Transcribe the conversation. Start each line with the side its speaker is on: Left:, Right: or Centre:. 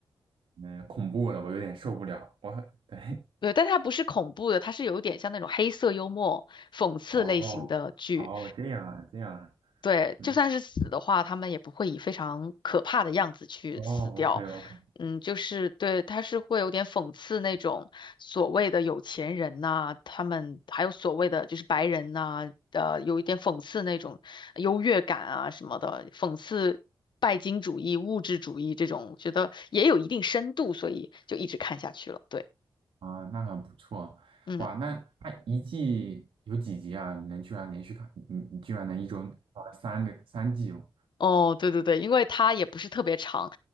Right: 嗯、呃恐怖了，我有点受不了。我很对
Left: 对，但它不是恐怖的，它是有一点像那种黑色幽默、讽刺类型的剧。
Right: <laughs>，哦哦，这样啊，这样啊，
Left: 对，
Right: 嗯，
Left: 就算是死的话，他们也不会以非常可怕的样子去死掉。
Right: 哦，OK OK，
Left: 嗯，就是对，他是会有点讽刺那种所谓的有钱人呐、他们还有所谓的就是白人呐、呃，有一点讽刺那种优越感啊什么的，讽刺拜金主义、物质主义这种，觉得也有一定深度，所以就一直看下去了。对，
Right: 啊，那很不错，
Left: 嗯，
Right: 哇，那它一季有几集啊？你能居然连续看，你你居然能一周啊三个三季哦，
Left: 哦，对对对，因为它也不是特别长，